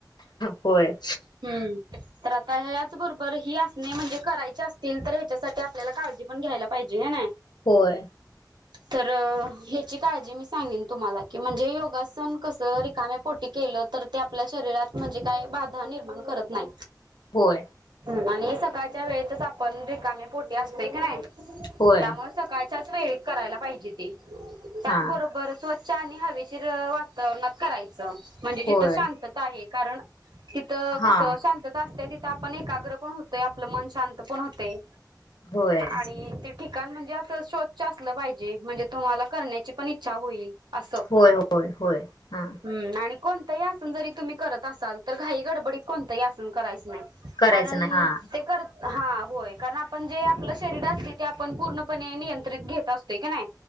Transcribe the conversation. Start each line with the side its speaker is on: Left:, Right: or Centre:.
Left: होय.
Right: हम्म तर आता ह्याचबरोबर ही असणे म्हणजे, करायची असतील तर, ह्याच्यासाठी आपल्याला काय ळजी पण घ्यायला पाहिजे ह न्हाय. <unintelligible>
Left: होय.
Right: तर ह्याची काळजी मी सांगेन तुम्हाला की, म्हणजे योगासन कस रिकाम्या पोटी के ल तर ते आपल्या शरीरात म्हणजे, काय बाधा निर्माण करत न्हाय.
Left: होय.
Right: आणि सकाळच्या वेळेतच आपण रिकामे पोटे असते. की नाय,
Left: होय
Right: त्यामुळे सकाळ च्याच वेळी करायला पाहिजे ते, त्याचबरोबर
Left: हा
Right: स्व स्वच्छ आणि हवेशीर वातावरणात करायचं, म्हणजे जिथं
Left: होय
Right: शांतता आहे. कारण तिथं
Left: हा
Right: कसं, शांतता असते तिथं आपण एकाग्र पण होतोय आपलं मन शांत पण होतय.
Left: होय
Right: आणि ते ठीक ठिकाण म्हणजे असं स्वच्छ असलं पाहिजे. म्हणजे तुम्हाला करण्याची पण इच्छा होईल. असं
Left: होय होय होय हा
Right: हम्म आणि, कोणतंही आसन जरी तुम्ही करत असाल, तर घाई गडबडीत कोणतंही आसन करायच नाही.
Left: करायचं
Right: कारण
Left: नाही हा
Right: ते कर हा होय कारण आपण जे आपलं शरीर असते, ते आपण पूर्णपणे नियंत्रित घेत असतो की नाय.